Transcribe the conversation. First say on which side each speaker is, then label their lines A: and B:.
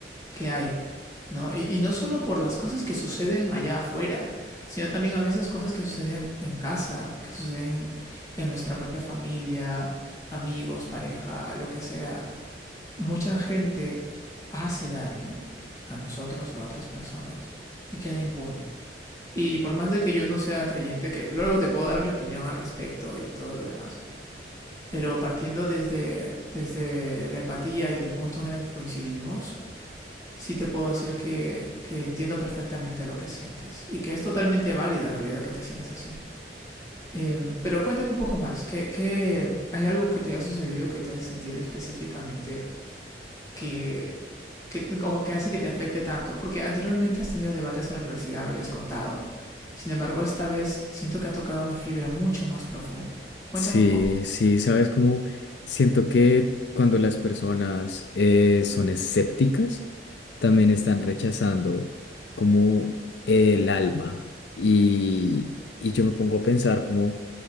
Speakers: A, on the left; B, on the left.
A: que hay, ¿no? Y, y no solo por las cosas que suceden allá afuera, sino también a veces cosas que suceden en casa, que suceden en nuestra propia familia, amigos, pareja, lo que sea. Mucha gente hace daño a nosotros o a otras personas y queda impune. Y por más de que yo no sea creyente, que luego te puedo dar mi opinión al respecto y todo lo demás, pero partiendo desde, desde la empatía y del punto en el que coincidimos, sí te puedo decir que, que entiendo perfectamente lo que sientes y que es totalmente válido en realidad que te sientes así. Eh, pero cuéntame un poco más, ¿qué, qué- hay algo que te ha sucedido que te hace sentir específicamente que, que, o que hace que te afecte tanto? Porque anteriormente has tenido debates en la universidad, me habías contado. Sin embargo, esta vez siento que ha tocado una fibra mucho más profunda. Cuéntame
B: Sí,
A: un poco.
B: sí, sabes cómo siento que cuando las personas eh, son escépticas, también están rechazando como el alma. Y, y yo me pongo a pensar como,